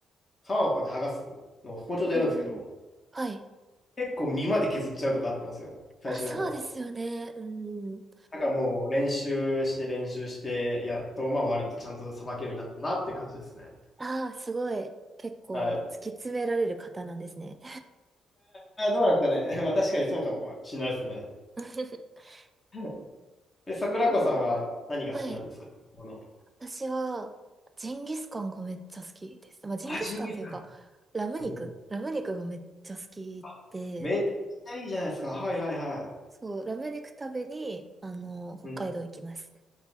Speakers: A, on the left; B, on the right.
A: 皮をこうやって剥がすのを包丁でやるんですけど、
B: うんうん。はい。
A: 結構身まで削っちゃうとかあったんですよ。最初の方は。
B: あ、そうですよね。うん。
A: だからもう練習して練習して、やっとまあ割とちゃんとさばけるようになったなって感じですね。
B: ああ、すごい。結構突き詰められる方なんですね。
A: はい。あーどうなんですかね。<laughs> まあ確かにそうかもしれないですね。
B: <laughs>
A: <laughs> え、桜子さんは何が好きなんですかこの。
B: はい。私は、ジンギスカンがめっちゃ好きです。まあ、ジンギスカンというか、
A: あ、ジンギスカン。
B: ラム肉ラム肉がめっちゃ好きで、
A: うん。あ、めっちゃいいじゃないですか。はいはいはい。
B: そう、ラム肉食べに、あの、北海道行きます。
A: うん。